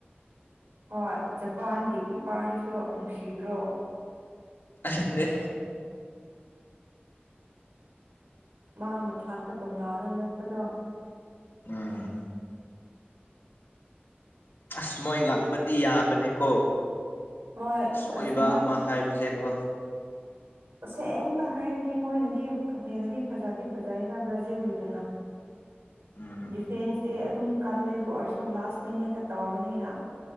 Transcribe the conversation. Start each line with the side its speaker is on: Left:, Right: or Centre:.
Right: ꯍꯣꯏ ꯖꯄꯥꯟꯒꯤ ꯀ ꯄꯥꯔꯗꯨꯁꯨ ꯅꯨꯡꯁꯤꯗ꯭ꯔꯣ
Left: ꯦ
Right: ꯃꯥ ꯃꯊꯟꯗ ꯇꯣꯉꯥꯟꯅ ꯂꯦꯞꯄꯗꯣ
Left: ꯎꯝ ꯑꯁ ꯃꯣꯏ ꯉꯝꯕꯗꯤ ꯌꯥꯕꯅꯦꯀꯣ
Right: ꯍꯣꯏ
Left: ꯁꯣꯏꯕ
Right: ꯑꯁ
Left: ꯑꯃ ꯍꯥꯏꯕꯁꯦꯀꯣ
Right: ꯁꯦꯡꯕ ꯍꯥꯏꯔꯗꯤ ꯃꯣꯏꯅꯗꯤ ꯍꯦꯟꯅꯗꯤ ꯐꯖꯗꯤ ꯐꯖꯩꯗ ꯕ꯭ꯔꯥꯖꯨꯒꯤꯗꯨꯅ
Left: ꯎꯝ
Right: ꯗꯤꯐꯦꯟꯁ ꯗ ꯑꯗꯨꯝ ꯀꯜꯂꯦ ꯑꯗꯨ ꯑꯣꯏꯔꯁꯨ ꯂꯥꯁ ꯃꯤꯅꯤꯠꯇ ꯇꯧꯕꯅꯤꯅ